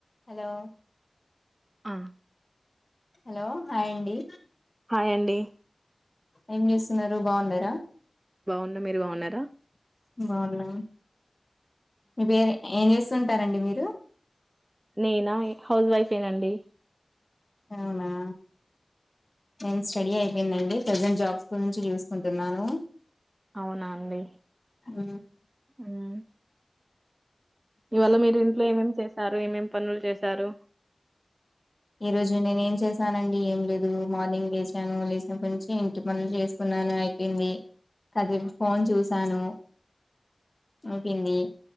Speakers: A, on the left (about 30°); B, on the right (about 30°).
A: Hello
B: ఆ
A: hello, hi అండి.
B: Hi అండి.
A: ఏం చేస్తున్నరు? బాగున్నరా?
B: బాగున్న, మీరు బాగున్నరా?
A: బాగున్నాం మీ పేరు? ఏం చేస్ స్తుంటారండి మీరు?
B: నేనా? ఇ హౌస్ వైఫే నండి.
A: నవునా నేన్ స్సడీ అయిపెయిందండి ప్రెజెంట్ జాబ్స్ గురించి చూసుకుంటున్నాను.
B: అవునా అండి.
A: ఊ
B: హ్మ్. ఇవాళ మీరు ఇంట్లో ఏమేం చేశారు? ఏమేం పనులు చేశారు?
A: ఈ రోజు నేను ఏం చేసానండి, ఏం లేదు మార్నింగ్ లేస్ సా, లేచినప్ప నుంచి ఇంటి పనులు చేసుకున్నాను అయిపోయింది. కాసేపు ఫోన్ చూసాను అయిపోయింది.